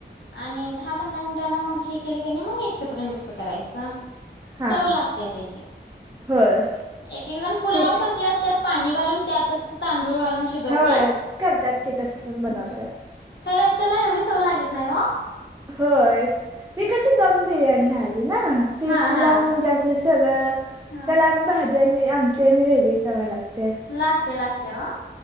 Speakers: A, on the left (about 75°); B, on the right (about 15°).
A: आणि दहा पंधरा मीनटांनं मग हे केले की नी मग एकत्र मिक्स करायचा.
B: हा
A: चव लागते त्याची
B: होय
A: एक एक जण पुलाव
B: ठीक
A: करत्यात. त्यात पाणी घालून त्यातच तांदूळ घालून शिजवत्यात.
B: हो करतात की तसं पण. बनवतात
A: हम्म खरं त्याला एवढी चव लागेत नाही हो.
B: होय ही कशी दम बिर्याणी झाली ना. ते
A: हा
B: पुलाव
A: हा.
B: म्हणजे असं सगळं
A: हा
B: त्याला आणि भाज्या आणि आमट्या आणि वेगळे करा लागत्या.
A: लागत्या लागत्या व